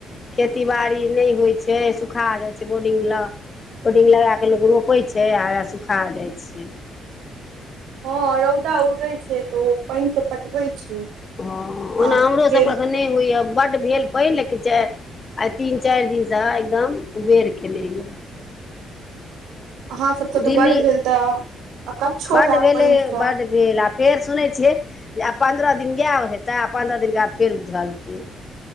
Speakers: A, on the left; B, on the right.
A: खेती बाड़ी नहि होइ छै सुखा जाइ छै बोरिंग लऽ बडिंग लगाक लोक रोपे छै आ आ सुखा जाइ छै
B: हँ रौदा उगै छै तऽ ओ पानि सऽ पटबे छै
A: हँ ओना
B: आ फेर
A: हमरो सभके तऽ नहि होइए बड्ड भेल पहि लेके च आ तीन चारि दिनसँ एकदम उबेर केने यऽ
B: अहाँ सबके तऽ
A: दिल्ली
B: बड़ भेल तऽ अकच्छो
A: बड्ड
B: होयब
A: भेलै
B: पानि सऽ
A: बड्ड भेल आ फेर सुनै छियै जे आब पन्द्रह दिन गाय हेते आ पन्द्रह दिन बाद फेर उझलतीै